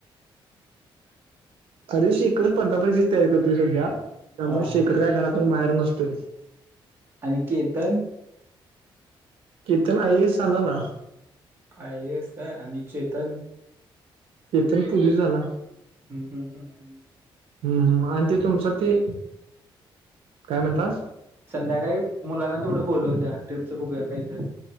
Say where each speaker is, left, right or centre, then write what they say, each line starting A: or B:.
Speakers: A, on the right; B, on the right.
A: अरे शकड स्पर्धापचीच तयारी करतोय सध्या त्यामुळे
B: हा हा
A: शेखर काय घरातून बाहेर नसतोय
B: आणि केतन
A: केथन आय स झालं ना
B: आहेस आणि चेतन
A: चेतन पुूर् झाला
B: हम्म हम् हम्म हम्
A: हम्म हम् आणि त तुमचं ती काय म्हटलं
B: संध्याकाळी मुलांना तेवढं बोलव होत्या ट्रिपचं पुघू काहीतरी